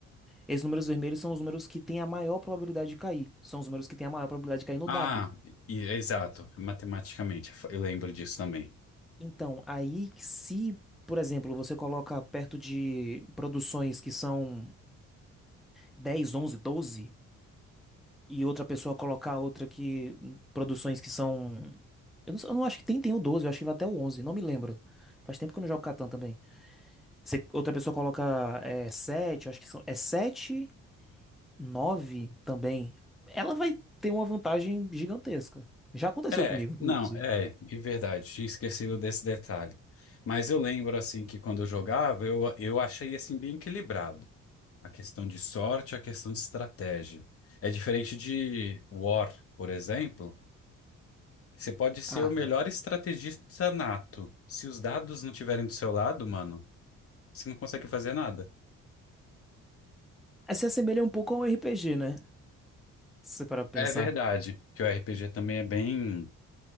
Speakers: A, in the centre; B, on the left.
A: Esses números vermelhos são os números que têm a maior probabilidade de cair. São os números que têm a maior probabilidade de cair no
B: Ah,
A: dado.
B: e- exato, matematicamente, eu lembro disso também.
A: Então, aí se, por exemplo, você coloca perto de produções que são dez onze doze e outra pessoa colocar outra que produções que são Eu não, eu não acho que tem, tem o doze eu acho que vai até o onze não me lembro. Faz tempo que eu não jogo Catan também. Se outra pessoa coloca é, 7, eu acho que são, é 7 9 também, ela vai ter uma vantagem gigantesca. Já aconteceu
B: É,
A: comigo, inclusive.
B: não, é, é verdade, tinha esquecido desse detalhe. Mas eu lembro, assim, que quando eu jogava, eu, eu achei, assim, bem equilibrado. A questão de sorte, a questão de estratégia. É diferente de War, por exemplo, Você pode ser
A: Ah,
B: o melhor
A: é.
B: estrategista nato. Se os dados não tiverem do seu lado, mano, você não consegue fazer nada.
A: É, se assemelha um pouco a um RPG, né? Se você parar pra
B: É
A: pensar.
B: verdade que o RPG também é bem.